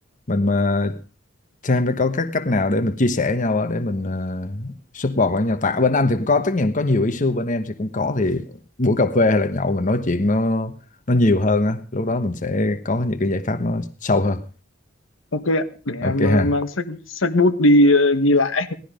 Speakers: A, on the left; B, on the left.
A: mình mà xem có các cách nào để mình chia sẻ nhau á, để mình à, support lẫn nhau. Tại bên anh thì cũng có tất nhiên có nhiều issue bên em thì cũng có thì buổi cà phê hay là nhậu mình nói chuyện nó nó nhiều hơn á. Lúc đó mình sẽ có những cái giải pháp nó sâu hơn.
B: Ok ạ, để em
A: Ok
B: ờ,
A: ha.
B: mang sách sách bút đi ờ, ghi lại.